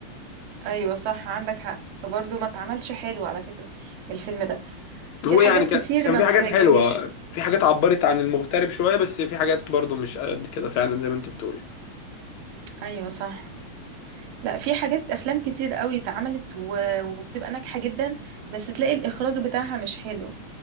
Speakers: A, on the right; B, on the left.
A: ايوه صح عندك حق برضو ما اتعملش حلو على فكرة الفيلم ده في
B: هو
A: حاجات
B: يعني كان
A: كتير
B: كان
A: ما
B: في
A: بتعجبنيش
B: حاجات حلوة في حاجات عبرت عن المغترب شوية بس في حاجات برضو مش قد كده فعلا زي ما انت بتقولي
A: ايوه صح لا في حاجات افلام كتير قوي اتعملت و- وبتبقى ناجحة جدا بس تلاقي الاخراج بتاعها مش حلو